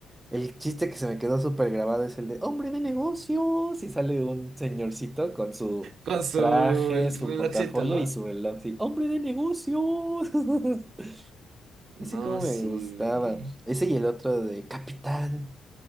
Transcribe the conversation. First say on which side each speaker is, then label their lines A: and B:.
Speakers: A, on the right; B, on the right.
A: El chiste que se me quedó súper grabado es el de hombre de negocios y sale un señorcito con su
B: Con su
A: traje,
B: el
A: su
B: relojcito,
A: portafolio
B: ¿no?
A: y su reloj. y, hombre de negocios. <laughs> Ese
B: No,
A: como
B: sí.
A: me gustaba. Ese y el otro de Capitán,